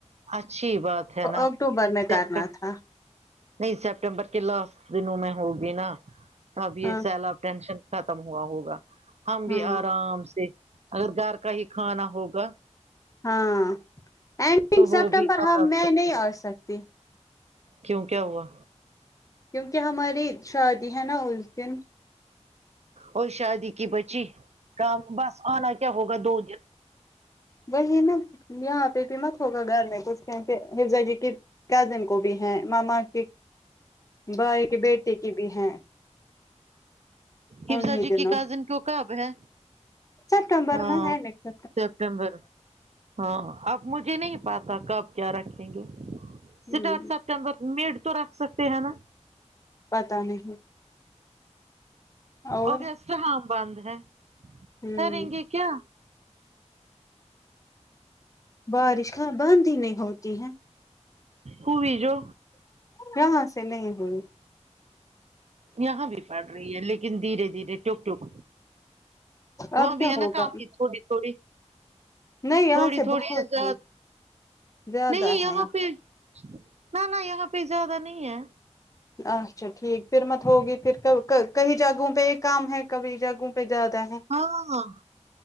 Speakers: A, on the right; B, on the left.
A: اچھی بات ہے نا
B: اکٹوبر میں
A: سپتم
B: کرنا تھا
A: نہیں سپٹمبر کے لاسٹ دنوں میں ہو بھینا تو اب یہ
B: ہاں
A: سیلاب ٹینشن ختم ہوا ہوگا ہم بھی
B: ہاں
A: آرام سے اور گھر کا ہی کھانا ہوگا
B: ہاں آیی تھینک
A: تو وہ
B: سپٹمبر
A: بھی
B: ہم
A: آرام
B: میں
A: سے کھانے
B: نہیں آ سکتی
A: کیوں کیا ہوا
B: کیونکہ ہماری شادی ہے نا اس دن
A: او شادی کی بچی کام بس آنا کیا ہوگا دو دن
B: وہی نا یہاں پہ بھی مت ہوگا گھر میں تو اس ہفزا جی کے کزن کو بھی ہیں ماما کی بھائی کے بیٹی کی بھی ہیں
A: حفزا
B: انیں
A: جی
B: دنوں
A: کی کزن کو کب ہے
B: سپٹمبر
A: ہاں
B: میں ہے نیکسٹ
A: سپٹمبر ہاں اب مجھے نہیں پتا کب کیا رکھیں گے ستسک
B: ہ
A: کمبخت میڈ تو رکھ سکتے ہیں نا
B: پتا نہیں اور
A: اگسٹ ہاں بند ہے
B: ہ
A: کریں گے کیا
B: بارش کیا بند ہی نہیں ہوتی ہے
A: ہوئی جو
B: یہاں سے نہیں ہوئی
A: یہاں بھی پڑ رہی ہے لیکن دھیرے دھیرے ٹپ ٹپ وہاں
B: اب کیا
A: بھی ہے
B: ہوگا
A: نا کافی تھوڑی تھوڑی
B: نہیں یہاں
A: تھوڑی
B: سے
A: تھوڑی
B: بہت
A: یہ زیاد
B: ہے زیادہ
A: نہیں
B: ہے
A: یہاں پھر نہ نہ یہاں پہ زیادہ نہیں ہے
B: اچھا ٹھیک پھر مت ہوگی پھر کل کئی جگہوں پہ یہ کم ہے کبھی جگہوں پہ زیادہ ہے
A: ہاں